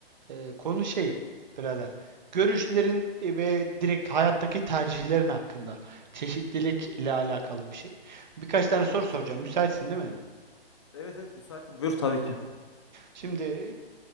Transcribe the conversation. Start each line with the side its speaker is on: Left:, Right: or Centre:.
Right: Ee, konu şey birader. Görüşlerin e, ve direkt hayattaki tercihlerin hakkında. Çeşitlilikle alakalı bir şey. Birkaç tane
Left: Evet.
Right: soru soracağım. Müsaitsin değil mi?
Left: Evet evet müsaitim. Buyur tabii ki.
Right: Şimdi